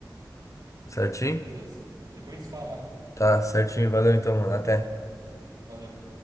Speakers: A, on the left; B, on the right.
A: Certinho?
B: Beleza. Depois a gente se fala mais.
A: Tá, certinho. Valeu então, mano. Até.
B: Valeu.